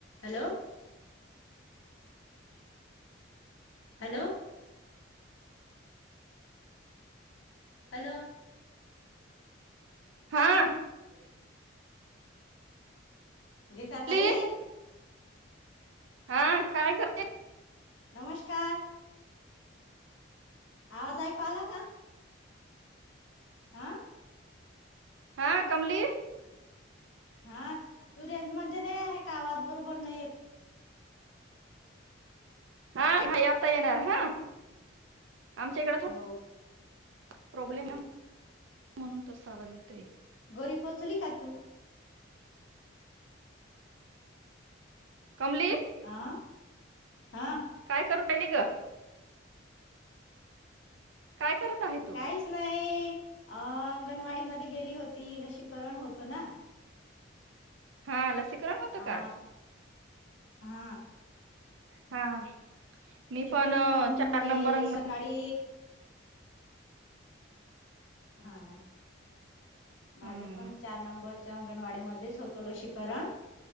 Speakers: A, on the left (about 75°); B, on the right (about 75°).
A: Hello hello hello
B: <inaudible> हा
A: गीता
B: कमली
A: ताई
B: हा काय करतेय
A: नमस्कार आवाज ऐकू आला का आा
B: हा कमलीर
A: हा तू रेंज मध्ये नाही आहे का आवाज बरोबर नाही येत
B: हा आता येणार हा आमच्या इकडंथोड
A: हो
B: प्रॉब्लेम आहे म्हणून तसा आवाज येतोय
A: घरी पोचली का तू
B: कमलेश
A: आ हा
B: काय करू राहिली ग काय करत आहे तू
A: काहीच नाही अ अंगणवाडी मध्ये गेली होती लसीकरण होतं ना
B: हा लसी करण होतं
A: आ
B: का आज
A: हा
B: हा मी
A: तिथून
B: पण अ,
A: मग
B: चार
A: म्हणजे
B: नंबर अंग-
A: सकाळी हा माझ्या
B: हा
A: पण, चार नंबरच्या अंगणवाडी मध्ये होतं, लसीकरण